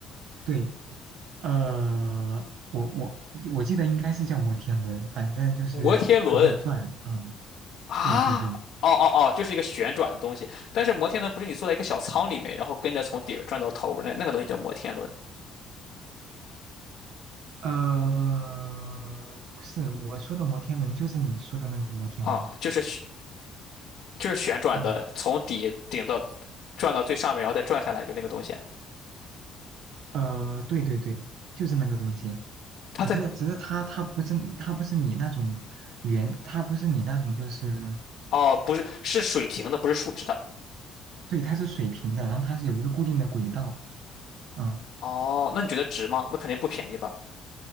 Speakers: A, on the right; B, on the left.
A: 对，呃，我我我记得应该是叫摩天轮，反正就是它会转。
B: 摩天轮。
A: 嗯，
B: 啊，
A: 对对对，
B: 哦哦哦，就是一个旋转的东西。但是摩天轮不是你坐在一个小舱里面，然后跟着从底儿转到头那那个东西叫摩天轮
A: 呃，不是我说的摩天轮，就是你说的那个摩天轮。
B: 啊，就是旋就是旋转的，
A: 嗯，
B: 从底顶到转到最上面，然后再转下来，就那个东西啊。
A: 呃，对对对，就是那个东西。
B: 它在
A: 只是只是它它不是它不是你那种圆，它不是你那种就是
B: 哦，不是是水平的，不是竖直的。
A: 对，它是水平的，然后它是有一个固定的轨道。嗯，
B: 哦，那你觉得值吗？那肯定不便宜吧？